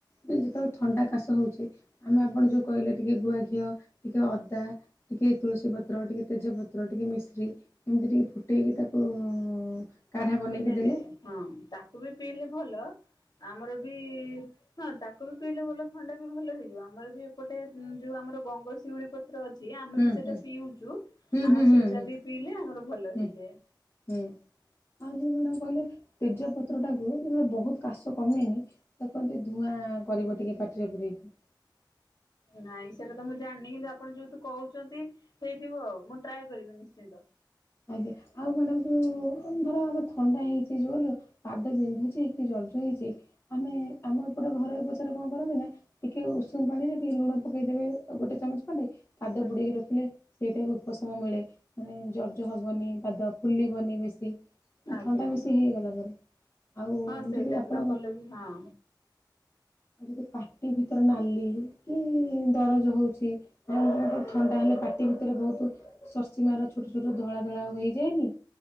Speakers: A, on the left; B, on the left.
A: ଯୋଉ ଯେତେବେଳେ ଥଣ୍ଡା କାଶ ହଉଛି। ଆମେ ଆପଣ ଯୋଉ କହିଲେ ଟିକେ ଗୁଆ ଘିଅ ଟିକେ ଅଦା ଟିକେ ତୁଳସୀ ପତ୍ ପତ୍ର ଟିକେ ତେଜପତ୍ର ଟିକେ ମିଶ୍ରି ଏମିତି ଟିକେ ଫୁଟେଇକି ତାକୁ ଉଁ। କାଢା
B: ତାକୁ
A: ବନେଇକି
B: ବି ନେଲେ
A: ଦେଲେ।
B: ହଁ ତାକୁ ବି ପିଇଲେ ଭଲ ଆମର ବି। ହଁ ତାକୁ ବି ପିଇଲେ ଭଲ ଥଣ୍ଡା ବି ଭଲ ହେଇଯିବ ଆମର ବି ଏପଟେ ଯୋଉ ଆମର ଗଙ୍ଗଶିଉଳି ପ ତ୍ର ଅଛି ଆମେ
A: ହୁଁ
B: ବି ସେଇଟା
A: ହୁଁ
B: ପିଉଛୁ
A: ହୁଁ
B: ଆମ
A: ହୁଁ ହୁଁ
B: ସେଇଟା
A: ହୁଁ
B: ବି ପିଇଲେ ଆମର ଭଲ
A: ହୁଁ
B: ହେଇଯାଏ।
A: ହୁଁ ଆଉ ଯୋଉ କଣ ଟା କହିଲେ ତେଜପତ୍ର ଟାକୁ ଟିକେ ବହୁତ। କାଶ କମେନି ତ କୁହନ୍ତି ଧୂଆଁ କରିବ ଟିକେ ପାଟିରେ ପୁରେଇକି।
B: ନାଇଁ ସେଇଟା ତ ମୁଁ ଜାଣିନି କିନ୍ତୁ ଆପଣ ଯେହେତୁ କହୁଛନ୍ତି ହେଇଥିବ ଆଉ ମୁଁ ଟ୍ରାଏ କରିବି ନିଶ୍ଚିନ୍ତ।
A: ଆଜ୍ଞା ଆଉ ମ୍ୟାଡ଼ାମ ଯୋଉ ଧର ଆମେ ଥଣ୍ଡା ହେଇଛି ଜୋରେ। ପାଦ ବିନ୍ଧୁଛି କି ଦର୍ଜ ହେଇଛି ଆମେ ଆମ ଏପଟେ ଘରୋଇ ଉପଚାର କଁ କରନ୍ତି ନା। ଟିକେ ଉଷୁମ ପାଣିରେ ଟିକେ ଲୁଣ ପକେଇ ଦେବେ ଗୋଟେ ଚାମଚ ଖଣ୍ଡେ। ପାଦ
B: ଆଜ୍ଞା
A: ବୁଡ଼େଇକି ରଖିଲେ ସେଇଟା ବି ଉପଶମ ମିଳେ ମାନେ ଦ ଦରଜ ହବନି ପାଦ ଫୁଲିବନି ବେଶୀ। ଆଉ
B: ଆଜ୍ଞା
A: ଥଣ୍ଡା ବେଶୀ ହେଇଗଲା ପରେ ଆଉ
B: ହଁ ସେଇ
A: ଯଦି
B: ଟାଇପ
A: ଆପଣ।
B: ର କଲେ ବି ହଁ।
A: ଆଉ ଯଦି ପାଟି ଭିତର ନାଲି କି ଦରଜ ହଉଛି। ଜଣ ଜଣଙ୍କ ର ଥଣ୍ଡା ହେଲେ ପାଟି ଭିତରେ ବହୁତୁ। ସର ସିନା ର ଛୋଟ ଛୋଟ ଧଳା ଧଳା ହେଇ ଯାଏନି।